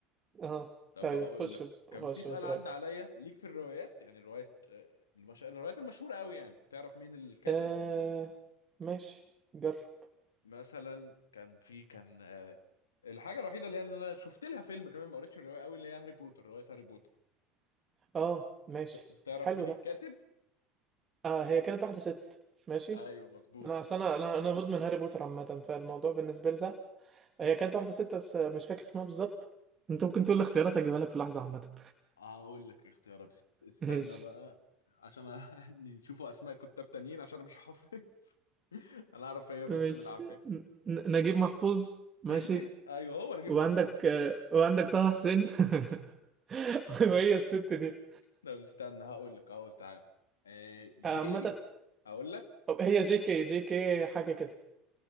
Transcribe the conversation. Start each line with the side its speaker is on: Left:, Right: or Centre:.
Right: <laughs> اه
Left: طب
Right: طيب
Left: بقول
Right: خش
Left: لك
Right: ب-
Left: كان
Right: خش
Left: في سؤال
Right: بسؤال
Left: عدى عليا ليك في الروايات يعني الروايات آه، المش... الروايات المشهوره قوي يعني تعرف مين الكاتب
Right: آه... ماشي جرب
Left: مثلا كان في كان آه، الحاجه الوحيده اللي انا شفت لها فيلم كمان ما قريتش الروايه قوي اللي هي هاري بوتر روايه هاري بوتر
Right: اه ماشي
Left: ت- تعرف
Right: حلو
Left: مين
Right: ده
Left: الكاتب
Right: آه هي كانت واحدة ست ماشي
Left: ايوه مظبوط
Right: انا اصل انا انا أنا مدمن هاري بوتر عامة فالموضوع بالنسبة لي سهل هي كانت واحدة ست بس مش فاكر اسمها بالظبط انت ممكن تقول الاختيارات اجيبها لك في لحظة عامة
Left: هقول لك اختيارات است- استنى
Right: <laughs> ماشي
Left: بقى عشان أ- <laughs> نشوفوا اسماء كتاب تانيين عشان انا مش حافظ <laughs> انا اعرف هي بس
Right: ماشي
Left: بالعافيه
Right: ن- ن- نجيب محفوظ ماشي
Left: <laughs> ايوه هو نجيب
Right: وعندك
Left: محفوظ
Right: آه، وعندك
Left: <laughs>
Right: طه حسين <laughs> <laughs> وهي الست دي
Left: لا استنى هقول لك اهو تعالى آه، جي
Right: آه، عامة
Left: هقول لك
Right: أو هي جي كي جي كي حاجة كده